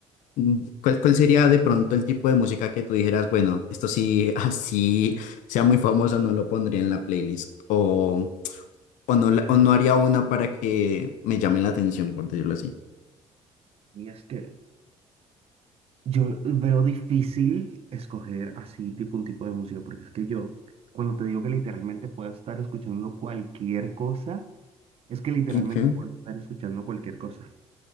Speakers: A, on the left; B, on the right.
A: Mm, ¿Cuál, cuál sería de pronto el tipo de música que tú dijeras, bueno, esto sí, <laughs> así sea muy famoso, no lo pondría en la playlist? O, o, no, la- o no haría una para que me llame la atención, por decirlo así.
B: Y es que yo veo difícil escoger así tipo un tipo de música, porque es que yo, cuando te digo que literalmente puedo estar escuchando cualquier cosa, es que literalmente
A: Okay.
B: puedo estar escuchando cualquier cosa.